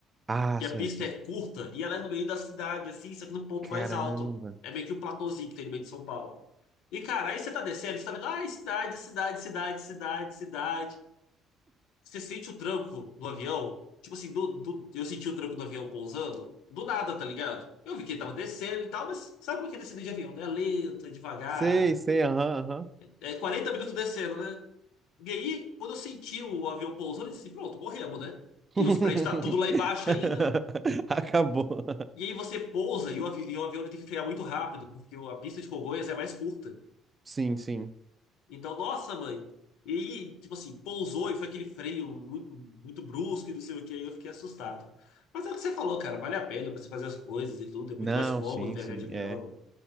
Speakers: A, on the right; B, on the left.
A: Ah,
B: Que
A: certo.
B: a pista é curta e ela é no meio da cidade, assim, só que no ponto
A: Caramba.
B: mais alto. É meio que um platôzinho que tem no meio de São Paulo. E, cara, aí você tá descendo, você tá vendo, ai, cidade, cidade, cidade, cidade, cidade. Você sente o tranco do avião? Tipo assim, do, do- eu senti o tranco do avião pousando. Do nada, tá ligado? Eu vi que ele tava descendo e tal, mas sabe como é que é descida de avião, né? Lento, é devagar.
A: Sei, sei, aham, aham.
B: É 40 minutos descendo, né? E aí, quando eu senti o avião pousando, eu disse assim, pronto, morremos, né? Que
A: <laughs>
B: os prédios tá tudo lá embaixo ainda.
A: Acabou.
B: E aí você pousa e o, avi- e o avião ele tem que frear muito rápido, porque o- a pista de Congonhas é mais curta.
A: Sim, sim.
B: Então, nossa, mãe. E, tipo assim, pousou e foi aquele freio muito, muito brusco e não sei o que, aí eu fiquei assustado. Mas é o que você falou, cara, vale a pena pra você fazer as coisas e tudo, é muito
A: Não,
B: mais cômodo
A: sim,
B: viajar
A: sim.
B: de avião.
A: É.